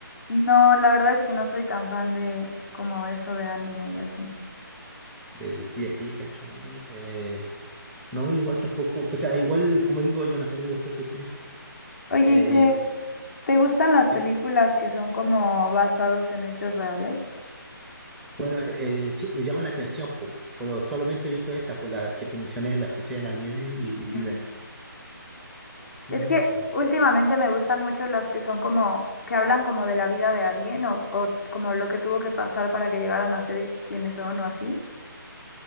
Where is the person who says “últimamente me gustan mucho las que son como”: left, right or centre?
Left